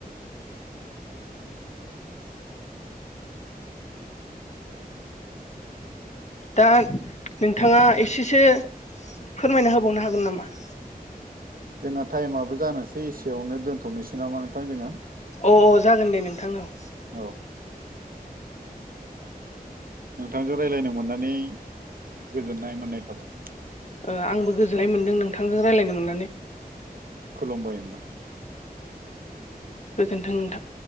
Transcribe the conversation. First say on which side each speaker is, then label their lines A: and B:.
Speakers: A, on the right (about 65°); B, on the left (about 45°).
A: <inaudible>
B: दा नोंथाङा एसेसो फोरमायना होबावनो हागोन नामा?
A: जोङा टाइमाबो जानोसै इसेयावनो दोनथ'नोसै नामा नोंथां जोङो
B: अ औ जागोन दे नोंथां‌ ओं
A: औ नोंथांजों रायलायनो मोननानै गोजोननाय मोननाय थाबाय
B: ओ आंबो गोजोननाय मोन्दों नोंथांजों रायलायनो मोननानै
A: खुलुमबाय होमबा
B: गोजोनथों नोंथां